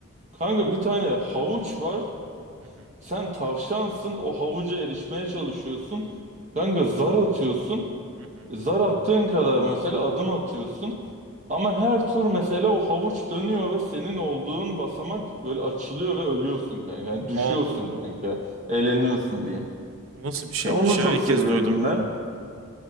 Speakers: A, on the right (about 35°); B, on the right (about 80°).
A: Kanka bir tane havuç var.
B: Hı hı.
A: Sen tavşansın. O havuca erişmeye çalışıyorsun. Kanka zar atıyorsun.
B: Hı hı.
A: Zar attığın kadar mesela adım atıyorsun ama her tur mesela o havuç dönüyor ve senin olduğun basamak böyle açılıyor ve ölüyorsun kanka. Yani düşüyorsun
B: Allah Allah.
A: kanka. Eğleniyorsun diyeyim.
B: Bu nasıl bir şeymiş
A: Ya onu
B: ya?
A: çok
B: İlk
A: seviyordum
B: kez duydum.
A: ben.